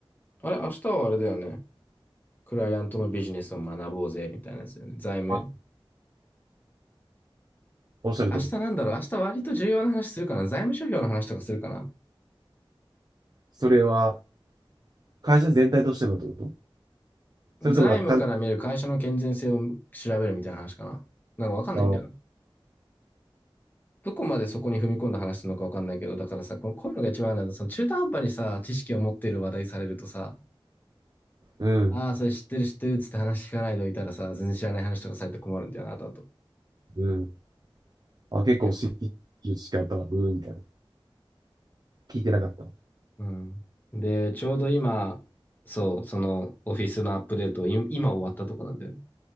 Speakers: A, on the left; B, on the right.
A: あれ、明日はあれだよね。クライアントのビジネスを学ぼうぜ、みたいなやつだよね。財務。
B: あ、おっしゃると思う。
A: 明日なんだろう明日割と重要な話するかな財務諸表の話とかするかな
B: それは、会社全体としてのってことそれともなんか単、
A: 財務から見る会社の健全性を調べるみたいな話かななんかわかんないんだよな。
B: あ、
A: どこまでそこに踏み込んだ話なのかわかんないけど、だからさ、このこういうのが一番あるのは、その中途半端にさ、知識を持ってる話題されるとさ、
B: うん、
A: ああ、それ知ってる知ってるっつって話聞かないといたらさ、全然知らない話とかされて困るんだよな、あとあ
B: うん。あ、結構新規知識あったわ。
A: と
B: うん、みたいな。聞いてなかった。
A: <laughs> うん。で、ちょうど今、そう、そのオフィスのアップデートい今終わったとこなんだよね。